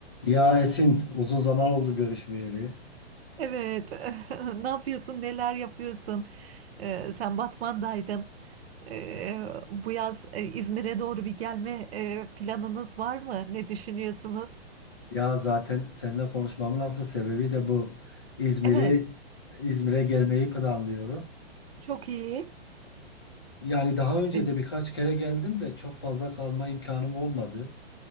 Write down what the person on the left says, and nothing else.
Ya Esin, uzun zaman oldu görüşmeyeli.
Ya zaten seninle konuşmamın asıl sebebi de bu. İzmir'i
İzmir'e gelmeyi planlıyorum.
Yani daha önce
de birkaç kere geldim de çok fazla kalma imkanım olmadı.